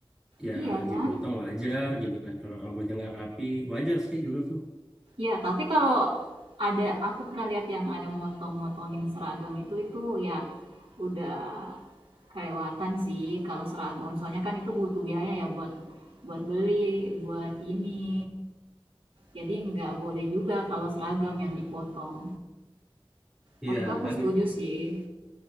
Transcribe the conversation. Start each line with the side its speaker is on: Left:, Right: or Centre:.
Centre: ya
Right: iya kan
Centre: dipotong wajar gitu kan kalau rambutnya nggak rapi wajar sih dulu tuh
Right: ya tapi kalau ada aku pernah lihat yang ada motong-motongin seragam itu itu ya udah kelewatan sih kalau seragam soalnya kan itu butuh biaya ya buat buat beli buat ini jadi nggak boleh juga kalau seragam yang dipotong
Centre: Iya
Right: waktu itu aku
Centre: kan
Right: setuju sih